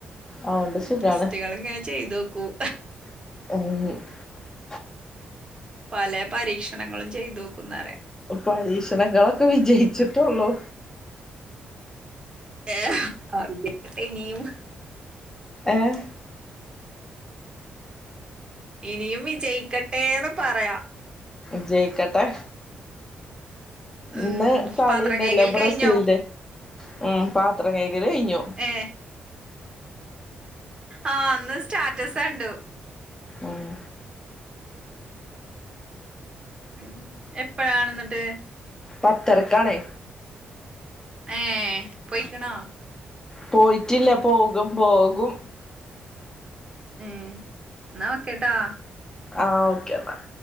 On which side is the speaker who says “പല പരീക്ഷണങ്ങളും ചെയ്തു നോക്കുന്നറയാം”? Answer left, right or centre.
Right